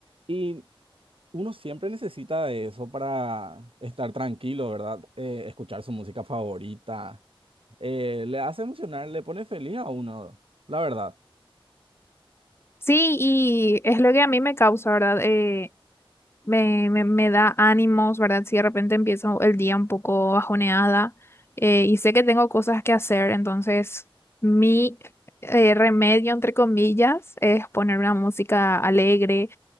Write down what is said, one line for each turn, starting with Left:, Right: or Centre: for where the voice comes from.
Right: Y uno siempre necesita de eso para estar tranquilo, ¿verdad? Eh, escuchar su música favorita. eh, le hace emocionar, le pone feliz a uno, la verdad.
Left: Sí, y es lo que a mí me causa, ¿verdad? Eh, me, me, me da ánimos, ¿verdad? Si de repente empiezo el día un poco bajoneada eh, y sé que tengo cosas que hacer, entonces mi eh, remedio, entre comillas, es poner una música alegre